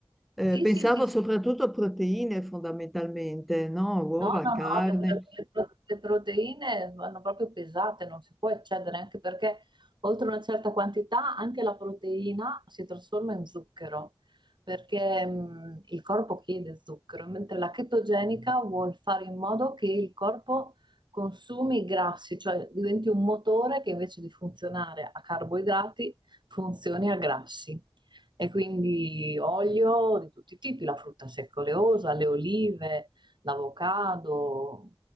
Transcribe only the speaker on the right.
Sì,
sì, sì, sì.
No, no,
no, le, le- le pro- le proteine vanno proprio pesate, non si può eccedere, anche perché oltre una certa quantità anche la proteina si trasforma in zucchero, perché mh, il corpo chiede zucchero, mentre la chetogenica vuol fare in modo che il corpo consumi i grassi, cioè diventi un motore che invece di funzionare a carboidrati funzioni a grassi. E quindi olio di tutti i tipi, la frutta secca oleosa, le olive l'avocado,